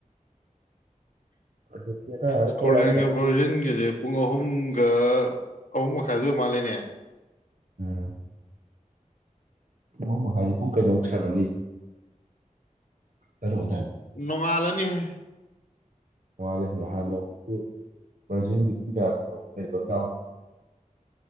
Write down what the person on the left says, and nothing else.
ꯁꯀꯣꯠꯂꯦꯟꯒ
ꯕ꯭ꯔꯥꯖꯤꯟꯒꯁꯦ ꯄꯨꯡ ꯑꯍꯨꯝꯒ ꯑꯍꯨꯝ ꯃꯈꯥꯢꯗ ꯑꯣꯢ ꯃꯥꯜꯂꯦꯅꯦ
ꯅꯣꯡꯉꯥꯜꯂꯅꯤꯍꯦ